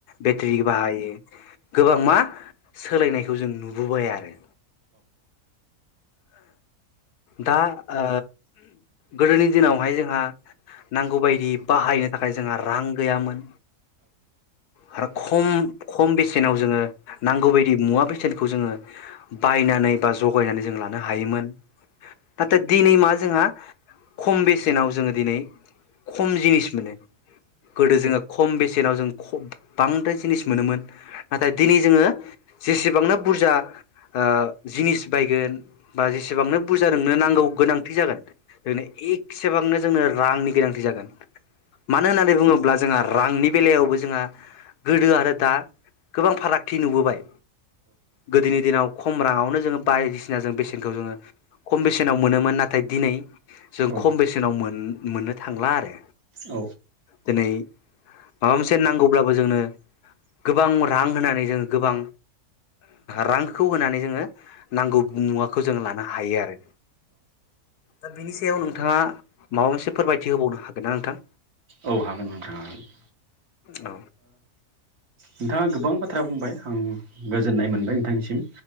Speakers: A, on the left (about 80°); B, on the right (about 70°).
A: बेटारि बाहायो गोबां मा सोलायनायखौ जों नुबोबाय आरो। दा ओ गोदोनि दिनावहाय जोंहा नांगौ बादि बाहायनो थाखाय जोंहा रां गैयामोन आरो खम खम बेसेनाव जोङो नांगौ बायदि मुवा बेसेनखौ जोङो बायनानै बा जगायनानै जों लानो हायोमोन नाथाय दिनै मा जोंहा खम बेसेनाव जोङो दिनै खम जिनिस मोनो गोदो जोङो खम बेसेनाव जों खब बांद्राय जिनिस मोनोमोन नाथाय दिनै जोङो जेसेबांनो बुरजा ओ जिनिस बायगोन। बा जेसेबांनो बुरजा नोंनो नांगौ गोनांथि जागोन ओनो एगसेबांनो जोंनो रांनि गोनांथि जागोन मानो होननानै बुङोब्ला जोंहा रांनि बेलायावबो जोंहा गोदो आरो दा गोबां फारागथि नुबोबाय गोदोनि दिनाव खम राङावनो जोंङो बायदिसि ना जों बेसेन खौ जोङो खम बेसेनाव मोनोमोन नाथाय दिनै जों
B: औ
A: खम बेसेनाव मोन-मोननो थांला आरो
B: औ
A: दिनै माबा मोनसे नांगौब्लाबो जोंनो गोबां रां होनानै जों गोबां रांखौ होनानै जोंङो नांगौ मुवाखो जों लानो हायो आरो दा बेनि सायाव नोंथाङा माबा मोनसे फोरमायथि होबावनो हागोन ना नोंथां।
B: औ हागोन नोंथां हागोन ।
A: औ।
B: नोंथाङा गोबां बाथ्रा बुंबाय आं गोजोननाय मोनबाय नोंथांनिसिम।